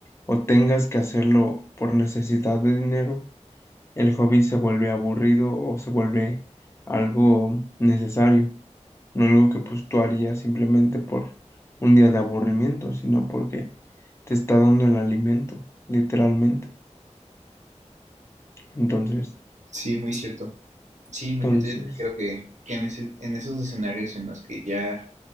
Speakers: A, on the left; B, on the right.
A: o tengas que hacerlo por necesidad de dinero, el hobby se vuelve aburrido o se vuelve algo necesario, no algo que pues tú harías simplemente por un día de aburrimiento, sino porque te está dando el alimento, literalmente. Entonces,
B: Sí, muy cierto. Sí, muy
A: entonces,
B: cierto. Yo también creo que, que en, ese- en esos escenarios en los que ya